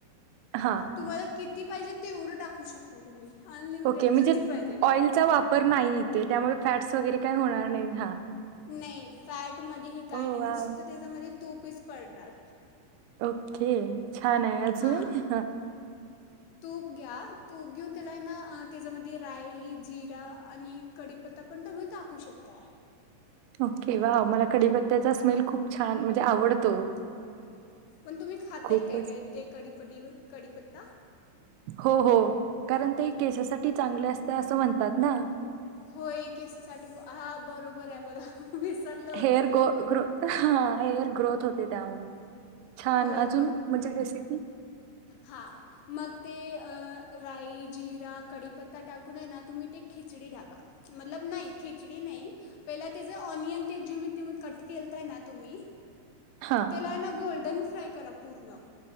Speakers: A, on the right; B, on the left.
A: हा
B: तुम्हाला कि ती पाहिजेत, तेवढं टाकू शकता तुम्ही. अनलिमिटेड
A: ओके म्हणजे
B: किती पाहिजे,
A: ऑइलचा वापर नाही इथे त्यामुळे फॅट्स वगैरे काय होणार नाही हा
B: नाही फॅट मध्ये हे काही
A: हो
B: नही.
A: वा
B: नुसत त्याच्यामधी तुपीच पडणार
A: ओक के छान आहे. अजून?
B: हां तूप घ्या. तूप घेऊन त्याला ना त्याच्यामध्ये राई जिरा आणि कढीपत्ता पण तुम्ही टाकू शकताय.
A: ओके. वाव! मला कढीपत्त्याचा स्मेल खूप छान म्हणजे आवडतो.
B: पण तुम्ही खाताय
A: खूपच
B: काय काय ते की कढीपडी, कढिपत्ता?
A: हो हो. कारण ते केससाठी चांगले असत असं म्हणतात ना.
B: होय केससाठी. हा बरोबर आहे बघा. विसरलं होते
A: हेअर
B: मी
A: ग ग्रो हां, हेअर ग्रोथ होते. त्यामुळे. छान!
B: होय
A: अजून? म्हणजे रेसिपी.
B: हा. मग ते राई जिरा कढीपत्ता टाकून आहे ना तुम्ही ते खिचडी टाका. मतलब नाही, खिचडी नाही. पहिला ते जे ऑनिन ते जेव कट केलताय ना तुम्ही?
A: हा
B: त्याला ना गोल्डन फ्राय करा पूर्ण.